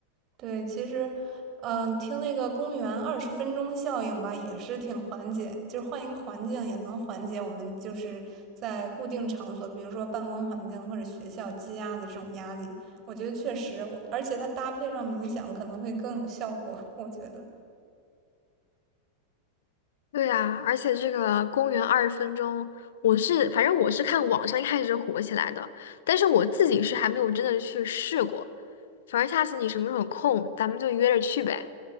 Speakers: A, on the right; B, on the left.
A: 对，其实，嗯，听那个公园二十分钟效应吧，也是挺缓解，就是换一个环境也能缓解我们就是在固定场所，比如说办公环境或者学校积压的这种压力。我觉得确实我，而且它搭配上冥想可能会更有效果，我觉得。
B: 对啊，而且这个公园二十分钟，我是反正我是看网上一开始火起来的，但是我自己是还没有真的去试过。反正下次你什么时候有空，咱们就约着去呗。